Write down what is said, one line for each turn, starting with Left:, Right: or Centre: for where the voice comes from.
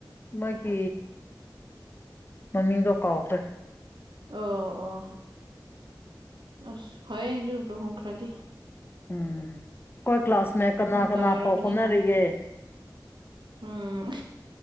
Left: ꯃꯥꯒꯤ ꯃꯃꯤ ꯀ ꯀꯥꯎꯥꯎꯈ
Right: ꯑꯣ ꯑꯣ ꯑꯁ ꯐꯌꯦ ꯍꯗꯨ ꯂꯨꯍꯣꯡ ꯈ꯭ꯔꯥꯗꯤ
Left: ꯎꯝ ꯑꯩꯈꯣꯏ ꯀ꯭ꯂꯥꯁꯃꯦꯠ ꯀꯅꯥ ꯀꯅꯥ
Right: ꯇꯥꯔꯕꯅꯤꯅ
Left: ꯐꯥꯎ ꯍꯣꯠꯅꯔꯤꯒꯦ
Right: ꯎꯝ